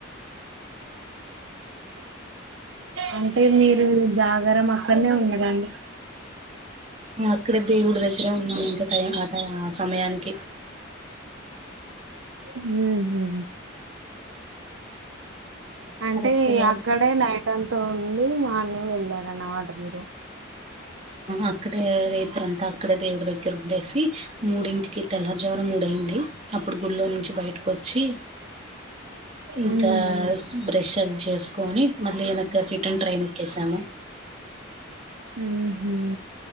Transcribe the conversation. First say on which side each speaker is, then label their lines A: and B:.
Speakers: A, on the right; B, on the right.
A: అంటే మీరు జాగరం అక్కడనే ఉన్నరండి
B: అక్కడే దేవుడి దగ్గరే ఉన్నాం ఇంకా టై ఆ ట ఆ సమయానికి
A: ఉహూ అంటే
B: కరెక్ట్ గా
A: అక్కడే నైట్ అంత వు నీ మార్నింగ్ వెళ్లారన్న మాట మీరు
B: అక్కడే రేత్రిఅంత అక్కడే దేవుడి దగ్గర ఉండేసి మూడింటికి తెల్లారుజావన మూడయింది అప్పుడు గులో నుంచి బయటకు వచ్చి ఇంకా
A: ఉమ్
B: బ్రెష్ ఆది చేసుకొని మళ్లీ వెనక్కి రిటర్న్ ట్రైన్ ఎక్కేసాము
A: ఉహూ